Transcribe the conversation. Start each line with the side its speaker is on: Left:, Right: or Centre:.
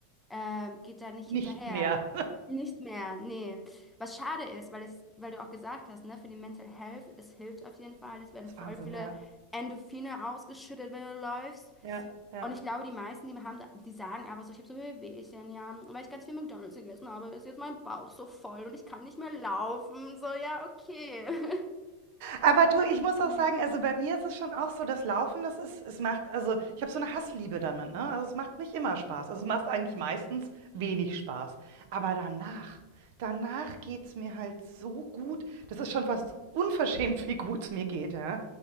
Centre: ähm, geht da nicht
Right: nicht
Centre: hinterher.
Right: mehr.
Centre: Nicht mehr, nee. Was schade ist, weil es, weil du auch gesagt hast, ne, für die Mental Health, es hilft auf jeden Fall.
Right: <laughs>
Centre: Es werden
Right: Das
Centre: voll
Right: ist Wahnsinn,
Centre: viele
Right: ja.
Centre: Endorphine ausgeschüttet, wenn du läufst.
Right: Ja, ja.
Centre: Und ich glaube, die meisten, die haben, da- die sagen aber so, ich habe so Wehwehchen, ja, weil ich ganz viel McDonald's gegessen habe, ist jetzt mein Bauch so voll und ich kann nicht mehr laufen. So, ja, okay. <laughs>
Right: Aber du, ich muss
Centre: Mhm.
Right: auch sagen, also bei mir ist es schon auch so, das Laufen, das ist, es macht, also ich habe so eine Hassliebe damit, ne? Also es macht nicht immer Spaß. Also es macht eigentlich meistens wenig Spaß. Aber danach, danach geht's mir halt so gut. Das ist schon fast unverschämt, wie gut es mir geht, ja.